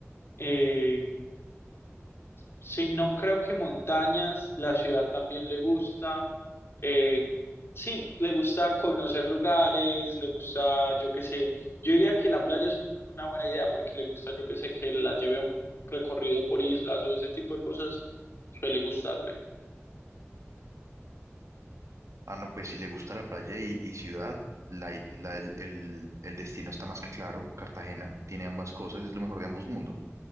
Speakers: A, on the left; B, on the right.
A: Eh, sí, no creo que montañas, la ciudad también le gusta. Eh, sí, le gusta conocer lugares, le gusta, yo qué sé, yo diría que la playa es un- una buena idea porque le gusta, yo qué sé, que la lleve a un recorrido por islas o ese tipo de cosas, suele gustarle.
B: Ah, no, pues si le gusta la playa y, y ciudad, la id- la- el, el- el destino está más que claro. Cartagena tiene ambas cosas, es lo mejor de ambos mundos.